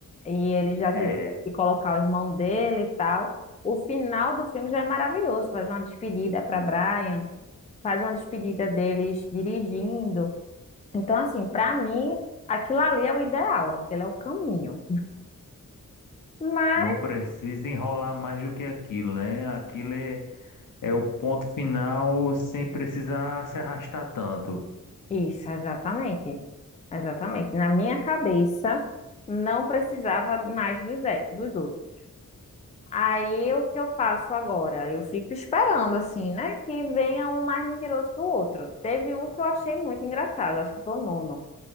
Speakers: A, on the left; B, on the left.
A: E ele já tiveram
B: É.
A: que colocar o irmão dele e tal. O final do filme já é maravilhoso, faz uma despedida para Brian faz uma despedida deles dirigindo. Então, assim, para mim, aquilo ali é o ideal, aquele é o caminho. Mas,
B: Não precisa enrolar mais do que aquilo, né? Aquilo é, é o ponto final sem precisar se arrastar tanto.
A: isso, exatamente. Exatamente. Na minha cabeça, não precisava mais dos, e- dos outros. Aí, o que eu faço agora? Eu fico esperando, assim, né? Que venha um mais mentiroso que o outro. Teve um que eu achei muito engraçado, acho que foi o nono.